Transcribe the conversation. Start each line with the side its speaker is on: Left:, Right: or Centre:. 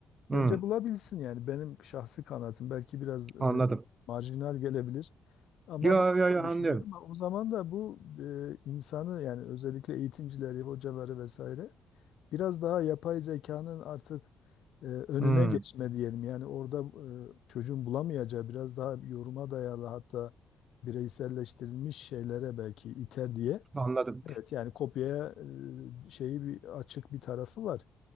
Left: bence
Right: hı.
Left: bulabilsin yani benim şahsi kanaatim belki biraz e,
Right: Anladım.
Left: marjinal gelebilir. Ama
Right: Yo
Left: ben
Right: yo
Left: böyle
Right: yo anlıyorum.
Left: düşünüyorum. Ama O zaman da bu e, insanı yani özellikle eğitimcileri, hocaları vesaire biraz daha yapay zekanın artık e, önüne
Right: Hmm,
Left: geçme diyelim. Yani orada e, çocuğun bulamayacağı biraz daha yoruma dayalı hatta bireyselleştirilmiş şeylere belki iter diye.
Right: anladım.
Left: Evet yani kopyaya e, şeyi bir açık bir tarafı var.